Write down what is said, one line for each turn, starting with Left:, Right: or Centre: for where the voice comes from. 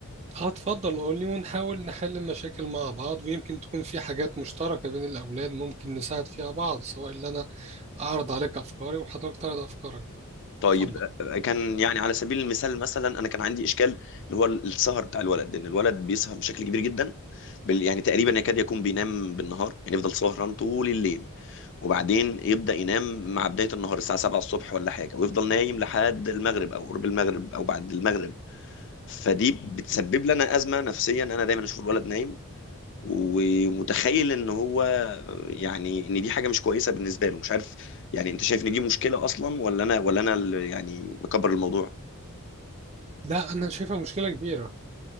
Right: هتفضل قولي ونحاول نحل المشاكل مع بعض ويمكن تكون في حاجات مشتركة بين الأولاد ممكن نساعد فيها بعض سواء اللي أنا أعرض عليك أفكاري وحضرتك تعرض أفكارك برضه
Left: طيب
Right: اتفضل
Left: آه، كان يعني على سبيل المثال مثلا انا كان عندي اشكال اللي هو السهر بتاع الولد ان الولد بيسهر بشكل كبير جدا بال- يعني تقريبا يكاد يكون بينام بالنهار يعني يفضل سهران طول الليل وبعدين يبدأ ينام مع بداية النهار الساعة 7 الصبح ولا حاجة ويفضل نايم لحد المغرب أو قرب المغرب أو بعد المغرب فدي بتسبب لنا أزمة نفسيا أنا دايما أشوف الولد نايم ومتخيل ان هو يعني ان دي حاجه مش كويسه بالنسبه له مش عارف يعني انت شايف ان دي مشكله اصلا ولا انا ولا انا اللي يعني مكبر الموضوع
Right: لا أنا شايفها مشكلة كبيرة